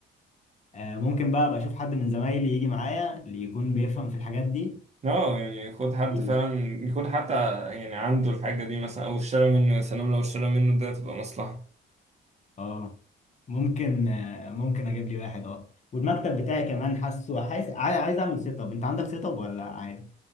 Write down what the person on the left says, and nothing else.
فممكن بقى أبقى أشوف حد من زمايلي يجي معايا اللي يكون بيفهم في الحاجات دي
يجيبه.
اه ممكن آه، ممكن أجيب لي واحد اه والمكتب بتاعي كمان حاسه حاسس عايز عايز أعمل سيت أب أنت عندك سيت أب ولا عادي؟